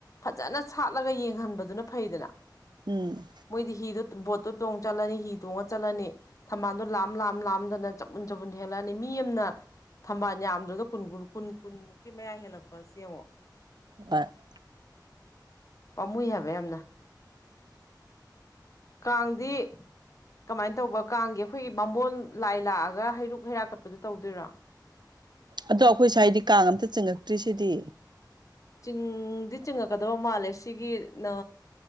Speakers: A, on the left (about 45°); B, on the right (about 70°).
A: ꯐꯖꯅ ꯁꯥꯠꯂꯒ ꯌꯦꯡꯍꯟꯕꯗꯨꯅ ꯐꯩꯗꯅ
B: ꯎꯝ
A: ꯃꯣꯏꯗꯤ ꯍꯤꯗꯨ ꯕꯣꯠꯇꯣ ꯇꯣꯡ ꯆꯠꯂꯅꯤ ꯍꯤ ꯇꯣꯡꯉ ꯆꯠꯂꯅꯤ ꯊꯝꯕꯥꯜ ꯂꯥꯝ ꯂꯥꯝ ꯂꯥꯝꯗꯅ ꯆꯄꯨꯟ ꯆꯄꯟ ꯍꯦꯜꯂꯛꯑꯅꯤ ꯃꯤ ꯑꯃꯅ ꯊꯝꯕꯥꯜ ꯌꯥꯝꯗ꯭ꯔꯥꯒ ꯀꯨꯟ ꯀꯨꯟ ꯀꯨꯟ ꯀꯨꯟꯃꯨꯛꯀꯤ ꯃꯌꯥ ꯍꯦꯜꯂꯛꯄꯁ‌ꯦ ꯌꯦꯡꯉꯣ
B: ꯑ <unintelligible>
A: ꯄꯥꯝꯃꯨꯏ ꯍꯥꯏꯕ ꯌꯥꯝꯅ ꯀꯥꯡꯗꯤ ꯀꯃꯥꯏꯅ ꯇꯧꯕ ꯀꯥꯡꯒꯤ ꯑꯩꯈꯣꯏꯒꯤ ꯕꯥꯝꯕꯣꯟ ꯂꯥꯏ ꯂꯥꯛꯑꯒ ꯍꯩꯔꯨꯛ ꯍꯩꯔꯥ ꯀꯠꯄꯗ ꯇꯧꯗꯣꯏꯔꯣ
B: ꯑꯗꯣ ꯑꯩꯈꯣꯏ ꯁꯥꯋꯏꯗꯤ ꯀꯥꯡ ꯑꯝꯇ ꯆꯤꯡꯉꯛꯇ꯭ꯔꯤꯁꯤꯗꯤ
A: ꯆꯤꯡꯗꯤ ꯆꯤꯡꯉꯛꯀꯗꯕ ꯃꯥꯜꯂꯦ ꯁꯤꯒꯤ ꯅꯥ